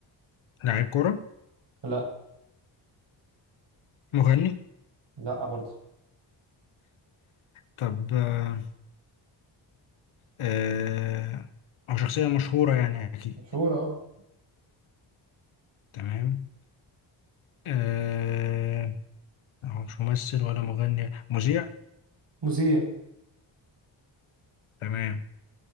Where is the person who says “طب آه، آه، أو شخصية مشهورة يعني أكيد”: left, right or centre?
Left